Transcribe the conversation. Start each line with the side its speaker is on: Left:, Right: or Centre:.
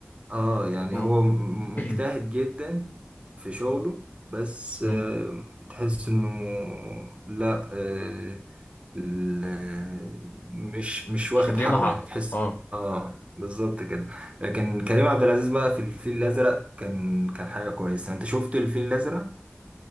Right: اه يعني
Left: مم.
Right: هو م-
Left: <clears throat>
Right: مجتهد جدا في شغله بس
Left: مم.
Right: آه، تحس انه لا آه، ال- آه، مش مش واخد
Left: مش مدينا
Right: حقه
Left: حق
Right: يعني تحس
Left: اه
Right: اه بالظبط كده لكن كريم عبد العزيز بقى في الفيل الازرق كان كان حاجة كويسة انت شفت الفيل الازرق